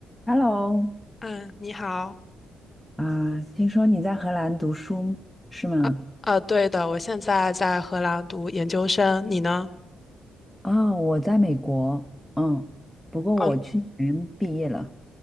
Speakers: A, in the centre; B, on the left (about 25°).
A: Hello，
B: 嗯，你好
A: 啊，听说你在荷兰读书是吗？
B: 啊啊，对的，我现在在荷兰读研究生，你呢？
A: 啊，我在美国，嗯，不过我去年毕业了。
B: 嗯